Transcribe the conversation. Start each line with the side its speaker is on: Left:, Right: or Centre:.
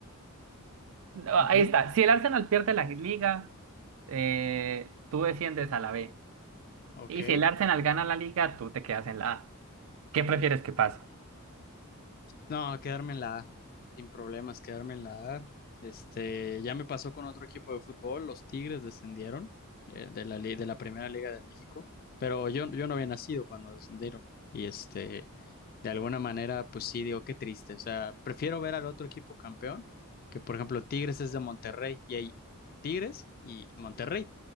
Right: No, ahí
Left: ujú,
Right: está. Si el Arsenal pierde la liga, eh, tú desciendes a la B.
Left: Ok.
Right: Y si el Arsenal gana la liga, tú te quedas en la A. ¿Qué prefieres que pase?
Left: No, quedarme en la A, sin problemas, quedarme en la A. Este, ya me pasó con otro equipo de fútbol, los Tigres descendieron eh, de, la li- de la Primera Liga de México, pero yo, yo no había nacido cuando descendieron y este, de alguna manera, pues sí, digo, qué triste, o sea, prefiero ver al otro equipo campeón, que por ejemplo Tigres es de Monterrey y hay Tigres y Monterrey.